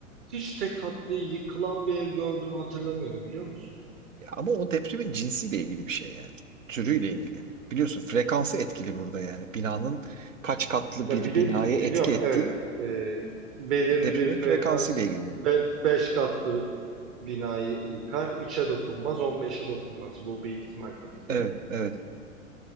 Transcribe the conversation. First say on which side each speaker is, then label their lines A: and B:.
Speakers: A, on the right; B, on the right.
A: Hiç tek katlı yıkılan bir ev gördüğümü hatırlamıyorum biliyor musun?
B: Ya ama o depremin cinsiyle ilgili bir şey yani. Türüyle ilgili. Biliyorsun frekansı etkili burada yani. Binanın kaç katlı
A: Ya
B: bir
A: bili,
B: binaya
A: bi-
B: etki
A: biliyorum
B: ettiği
A: evet Ee, belirli
B: depremin
A: bir frekans
B: frekansıyla ilgili.
A: 5 katlı binayı yıkar üçe dokunmaz on beşe dokunmaz bu bir ihtimal tabii ki
B: Evet,
A: de.
B: evet.